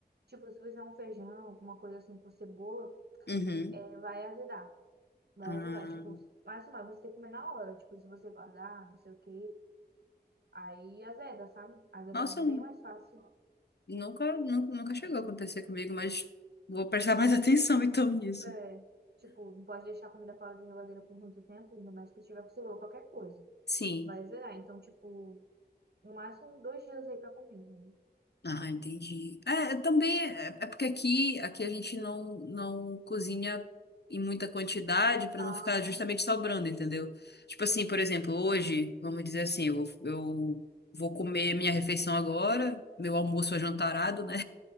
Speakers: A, on the right (about 70°); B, on the left (about 70°).
A: Tipo, se fizer um feijão, alguma coisa assim com cebola,
B: Uhum.
A: é, vai ajudar. Vai
B: Ah,
A: ajudar. Tipo, mas assim, mas você tem que comer na hora. Tipo, se você guardar, não sei o quê. Aí azeda, sabe? Azeda
B: nossa,
A: bem mais fácil.
B: nunca, nunca, nunca chegou a acontecer comigo, mas vou prestar mais <laughs> atenção então nisso.
A: É, tipo, não pode deixar a comida fora da geladeira por muito tempo, ainda mais que tiver com cebola, qualquer coisa.
B: Sim.
A: Vai azedar. Então, tipo, no máximo dois dias aí pra comer. né?
B: Ah, entendi. É, também é, é porque aqui, aqui a gente não, não cozinha em muita quantidade para
A: Ah,
B: não ficar justamente sobrando, entendeu? Tipo assim, por exemplo, hoje, vamos dizer assim, eu, vou- eu vou comer minha refeição agora, meu almoço ajantarado, né?